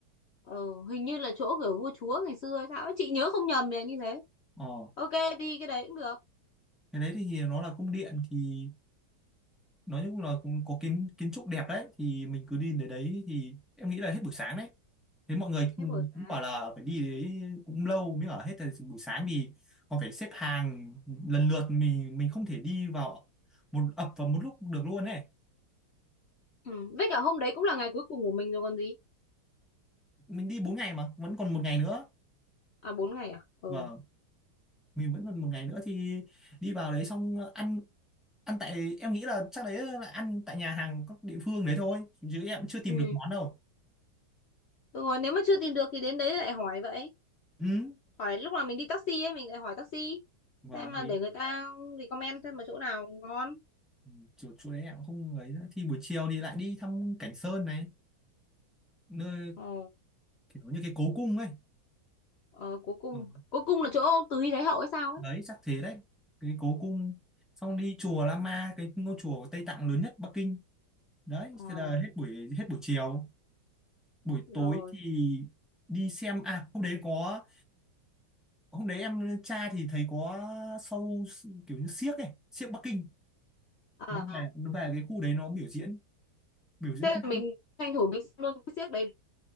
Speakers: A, on the left (about 70°); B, in the centre.
A: Ờ, hình như là chỗ của vua chúa ngày xưa hay sao ấy. Chị nhớ không nhầm thì là như thế.
B: ờ
A: Ok, đi cái đấy cũng được.
B: cái đấy thì nó là cung điện thì nói chung là cũng có kiến kiến trúc đẹp đấy thì mình cứ đi đến đấy thì em nghĩ là hết buổi sáng đấy thế mọi người cũng
A: Hết buổi sáng.
B: cũng bảo là phải đi đấy cũng lâu mới ở hết thời buổi sáng vì còn phải xếp hàng lần lượt mình mình không thể đi vào một ập vào một lúc được luôn ấy
A: Ừ. Với cả hôm đấy cũng là ngày cuối cùng của mình rồi còn gì.
B: mình đi bốn ngày mà vẫn còn một ngày nữa
A: À 4 ngày à? Ừ.
B: và mình vẫn còn một ngày nữa thì đi vào đấy xong ăn ăn tại em nghĩ là chắc đấy là ăn tại nhà hàng các địa phương đấy thôi chứ em cũng chưa tìm
A: Ừ.
B: được món đâu
A: Được rồi, nếu mà chưa tìm được thì đến đấy lại hỏi vậy.
B: ừ
A: Hỏi lúc nào mình đi taxi ấy, mình lại hỏi taxi.
B: vâng
A: Xem là
B: vì
A: để người ta recommend xem là chỗ nào ngon.
B: Ừ, chỗ, chỗ đấy em cũng không ấy nữa thì buổi chiều thì lại đi thăm Cảnh Sơn này nơi
A: ờ,
B: kiểu như cái cố cung ấy
A: ờ, cuối cùng
B: Ờ,
A: cuối cùng là chỗ Từ Hy Thái Hậu hay sao ấy
B: đấy chắc thế đấy cái cố cung xong
A: Ừ.
B: đi chùa Lama cái ngôi chùa của Tây Tạng lớn nhất Bắc Kinh đấy
A: ờ,
B: thế là hết buổi hết buổi chiều buổi
A: rồi
B: tối thì đi xem à hôm đấy có hôm đấy em tra thì thấy có show kiểu như xiếc ấy xiếc Bắc Kinh
A: à,
B: nó về nó về cái khu đấy nó biểu diễn biểu diễn
A: thế
B: cung
A: là mình tranh thủ mình xem luôn cái xiếc đấy